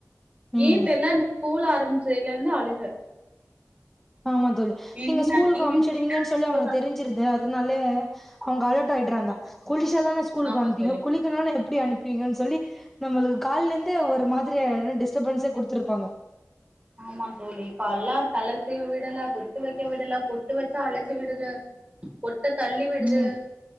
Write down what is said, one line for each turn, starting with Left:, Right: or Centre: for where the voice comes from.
Right: ஏ
Centre: ம்
Right: தெர்ல அந்த ஸ்கூல் ஆரம்பிச்சதுல்ல இருந்து அழுக
Centre: ஆமா தோழி
Right: என்ன
Centre: நீங்க ஸ்கூலுக்கு
Right: ஏன்
Centre: அம்ச்சிடுவீங்கன்னு
Right: கேட்டா
Centre: சொல்லி
Right: ஸ்கூல்
Centre: அவனக்கு தெரிஞ் சிறுது அதனாலே அவுங்க அலர்ட் ஆய்டுறாங்க
Right: ஆமா தோழி,
Centre: குளிச்சா தான ஸ்கூலுக்கு
Right: ஆமா
Centre: அனுப்புவீங்க
Right: தோழி.
Centre: குளிக் இதனால எப்டி அனுப்புவீங்கன்னு சொல்லி நம்ளுக்கு கால்ல இர்ந்தே ஒரு மாதிரி டிஸ்டபன்ஸ் குடுத்துருப்பாங்க
Right: ஆமா தோழி இப்பல்லா தலை சீவ விடல பொட்டு வைக்க விடல பொட்டு வெச்சா அலச்சு விடுது பொட்ட தள்ளி விடுது
Centre: ம்